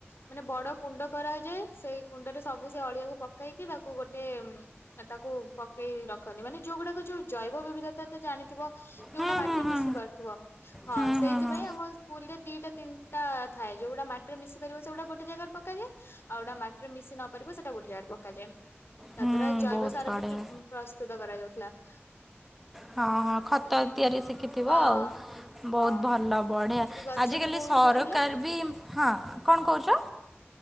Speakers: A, on the left; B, in the centre.
A: ମାନେ ବଡ କୁଣ୍ଡ କରାଯାଏ। ସେଇ କୁଣ୍ଡରେ ସବୁ ସେ ଅଳିଆକୁ ପକେଇକି ତାକୁ ଗୋଟେ ଟେ ତାକୁ ପକେଇ ରଖନ୍ତି ମାନେ ଯୋଉଗୁଡାକ ଯୋଉ ଜୈବ ବିବିଧତା ତ ଜାଣିଥିବ ଯୋଉଗୁଟା
B: ହୁଁ
A: ମାଟିରେ
B: ହୁଁ ହୁଁ
A: ମିଶି ପାରୁଥିବ। ହଁ
B: ହୁଁ
A: ସେଇଥିପାଇଁ
B: ହୁଁ ହୁଁ
A: ଆମ ସ୍କୁଲ ରେ ଦିଟା ତିନିଟା ଥାଏ ଯୋଉଗୁଟା ମାଟିରେ ମିଶି ପାରିବ ସେଗୁଟା ଗୋଟେ ଜାଗାରେ ପକାଯାଏ। ଆଉ ଗୋଟା ମାଟିରେ ମିଶି ନ ପାରିବ ସେଇଟା ଗୋଟେ ଜାଗାରେ ପକାଯାଏ।
B: ହୁଁ
A: ାରା ଜୈବ
B: ବହୁତ
A: ସାର
B: ବଢ଼ିଆ
A: ବି ପ୍ରସ୍ତୁତ କରାଯାଉ। <unintelligible>
B: ହଁ ହଁ ଖତ ତିଆରି ଶିଖିଥିବ
A: ହଁ
B: ଆଉ ବହୁତ
A: ହଁ
B: ଭଲ ବଢିଆ
A: ସେଠି ଗଛ
B: ଆଜିକାଲି
A: ବି ବହୁତ
B: ସରକାର
A: ରହୁଥିଲା
B: ବି ହଁ କଣ କହୁଛ।